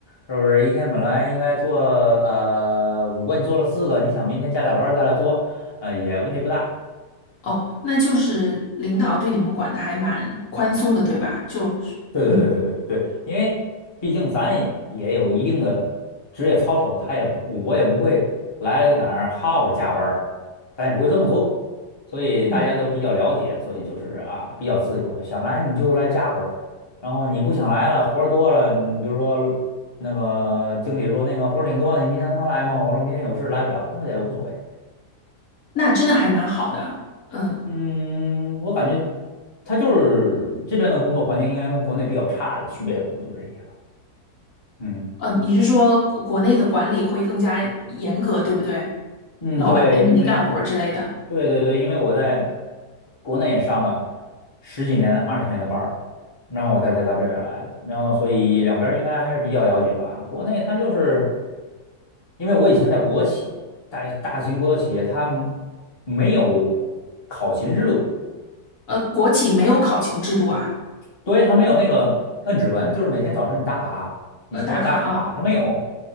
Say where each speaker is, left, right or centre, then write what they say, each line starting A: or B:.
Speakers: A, on the left (about 20°); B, on the left (about 55°).
A: 是不是？一天本来应该做呃五个，你做了四个，你想明天加点班儿再来做，呃也问题不大。
B: 哦，那就是领导对你们管的还蛮宽松的，对吧？就是，
A: 对对对对对对，
B: 嗯
A: 因为毕竟咱也也有一定的职业操守，他也不，我也不会来了哪儿耗着加班儿，咱也不会这么做，所以大家都比较了解，
B: 嗯，
A: 所以就是啊，比较自由，想来你就来加会儿，然后你不想来了，活儿多了，你比如说那个经理说那个活儿挺多的，你明天能来吗？我说明天有事来不了，那也无所谓。
B: 那真的还蛮好的。嗯
A: 嗯，我感觉他就是这边的工作环境应该跟国内比较差的区别，可能就是这些吧。嗯。
B: 嗯，你是说国内的管理会更加严格，对不对？
A: 嗯，
B: 老板盯着你干活儿之类的。
A: 对，因为对对对，因为我在国内也上了十几年、二十年的班儿，然后我再才到这边儿来的，然后所以两边儿应该还是比较了解吧。国内它就是因为我以前在国企，大大型国有企业，它们没有考勤制度，
B: 呃，国企没有考勤制度啊，
A: 对，它没有那个摁指纹，就是每天早晨你打卡，你下班打卡，
B: 呃，打卡啊，
A: 它没有。